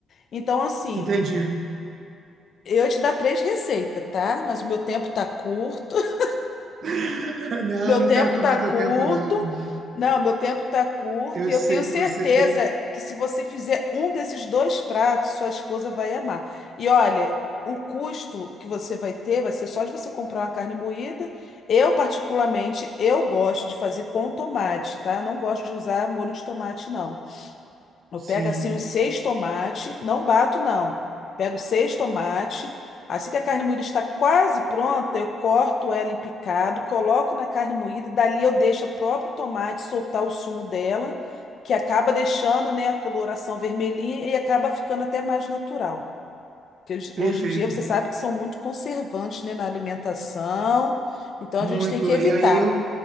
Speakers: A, on the left; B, on the right.
A: Então, assim.
B: Entendi.
A: Eu ia te dar três receitas, tá? Mas o meu tempo tá curto. <laughs>
B: <laughs> Não,
A: Meu
B: eu não
A: tempo
B: quero tomar
A: tá curto.
B: teu tempo, não. amigo.
A: Não, meu tempo tá curto.
B: Eu
A: E eu
B: sei
A: tenho certeza
B: que você tem.
A: que se você fizer um desses dois pratos, sua esposa vai amar. E olha, o custo que você vai ter vai ser só de você comprar uma carne moída. Eu, particularmente, eu gosto de fazer com tomate, tá? Eu não gosto de usar molho de tomate, não. Eu
B: Sim.
A: pego assim uns seis tomates, não bato não. Pego seis tomates, assim que a carne moída está quase pronta, eu corto ela em picado, coloco na carne moída e dali eu deixo o próprio tomate soltar o sumo dela, que acaba deixando, né, a coloração vermelhinha e acaba ficando até mais natural. Porque hoje
B: Perfeito,
A: hoje em dia você sabe que são muito conservantes, né, na alimentação, então
B: muito.
A: a gente tem que evitar.
B: E aí eu,